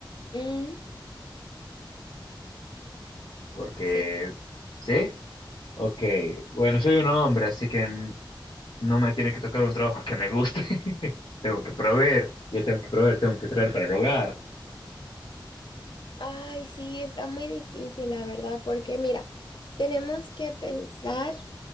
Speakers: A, on the left; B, on the left.
A: Mm,
B: Porque,
A: sí.
B: ¿sí? Ok, bueno, soy un hombre, así que n- no me tiene que tocar un trabajo que me guste. <laughs> Tengo que proveer, yo tengo que proveer, tengo que traer para el hogar.
A: Ay, sí, está muy difícil, la verdad, porque mira, tenemos que pensar.